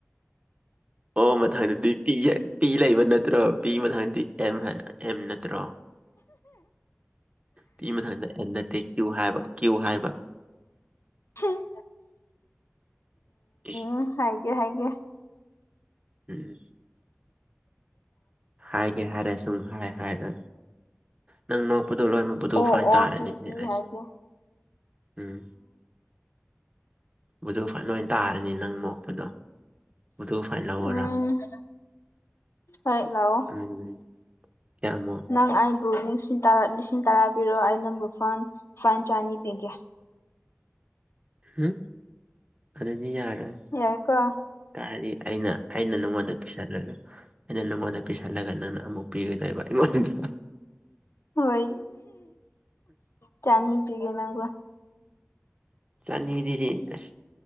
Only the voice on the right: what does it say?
ꯑꯣ ꯃꯊꯪꯗꯗꯤ ꯄꯤ ꯄꯤ ꯂꯩꯕ ꯅꯠꯇ꯭ꯔꯣ ꯄꯤ ꯃꯊꯪꯗꯗꯤ ꯑꯦꯝ ꯍꯥꯏ ꯑꯦꯝ ꯅꯠꯇ꯭ꯔꯣ ꯄꯤ ꯃꯊꯪꯗ ꯑꯦꯝ ꯅꯠꯇꯦ ꯀ꯭ꯌꯨ ꯍꯥꯏꯕ ꯀ꯭ꯌꯨ ꯍꯥꯏꯕ
ꯏꯁ
ꯎꯝ ꯍꯥꯏꯒꯦ ꯍꯥꯏꯔ ꯁꯨꯡꯍꯥꯏ ꯍꯥꯏꯔꯣꯏ ꯅꯪ ꯅꯣꯛꯄꯗꯣ ꯂꯣꯏꯃꯛ ꯑꯗꯨ
ꯐꯥꯏꯟ
ꯇꯥꯔꯅꯤꯅꯦ
ꯑꯁ
ꯎꯝ ꯕꯨꯗꯨ ꯐꯥꯏꯟ ꯂꯣꯏ ꯇꯥꯔꯅꯤ ꯅꯪ ꯅꯣꯛꯄꯗꯣ ꯕꯨꯗꯨ ꯐꯥꯏꯟ ꯂꯧꯔꯣꯔ
ꯎꯝ ꯀꯌꯥꯃꯨꯛ
ꯎꯝ ꯑꯗꯨꯗꯤ ꯌꯥꯔꯣꯏ
ꯀꯥꯔꯤ ꯑꯩꯅ ꯑꯩꯅ ꯅꯪꯉꯣꯟꯗ ꯄꯤꯁꯜꯂꯒ ꯑꯩꯅ ꯅꯪꯉꯣꯟꯗ ꯄꯤꯁꯜꯂꯒ ꯅꯪꯅ ꯑꯃꯨꯛ ꯄꯤꯒꯗꯣꯏꯕ ꯑꯩꯉꯣꯟꯗ
ꯆꯥꯅꯤꯗꯨꯗꯤ ꯑꯁ